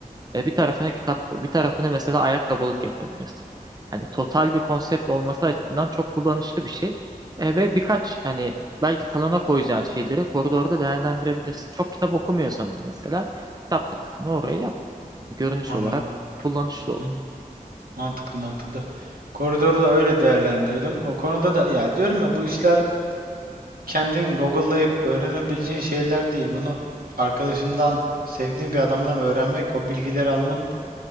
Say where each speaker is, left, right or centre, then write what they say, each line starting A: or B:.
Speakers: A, on the right (about 25°); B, on the right (about 80°).
A: E, bir tarafına kitap koy. Bir tarafını mesela ayakkabılık yapabilirsin. Hani total bir konsept olması açısından çok kullanışlı bir şey. E, ve birkaç hani belki salona koyacağın şeyleri koridorda değerlendirebilirsin. Çok kitap okumuyorsanız mesela kitaplık kısmını oraya yap. Hani Görünüş
B: Anladım.
A: olarak kullanışlı olur.
B: Hı hı. Mantıklı mantıklı. Koridoru da öyle değerlendirdim. O konuda da ya diyorum ya bu işler kendin Google'layıp öğrenebileceğin şeyler değil. Bunu arkadaşından, sevdiğin bir adamdan öğrenmek, o bilgileri almanın